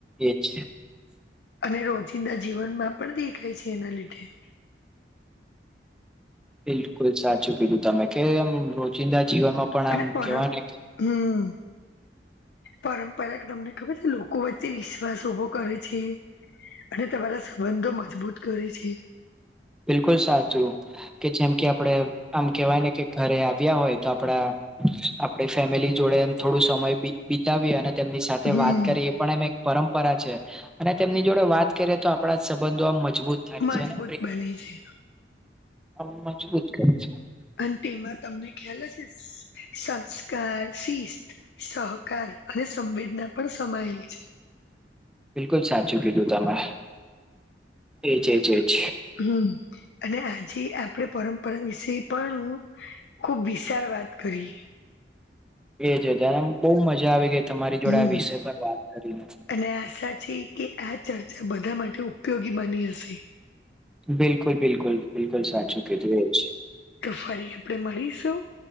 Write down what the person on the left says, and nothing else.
અને રોજિંદા જીવનમાં પણ દેખાય છે એના લીધે.
અને
પરં
હમ પરંપરાગ તમને ખબર છે? લોકો વચ્ચે વિસ વાસ ઉભો કરે છે, અને તમારા સંબંધો મજબૂત કરે છે.
હમ
મજબૂત
બને છે.
અને તેમાં તમને ખ્યાલ હશે સંસ્કાર, શિસ્ત સહકાર અને સંવેદના પણ સમાયેલ છે.
હમ અને આજી આપ આપણે પરંપરા વિશે પાણું ખુબ વિશાળ વાત કરી.
હમ
અને આશા જી કે આ ચર્ચા બધા માટે ઉપયોગી બની હશે.
તો ફરી આપણેે મળીશું?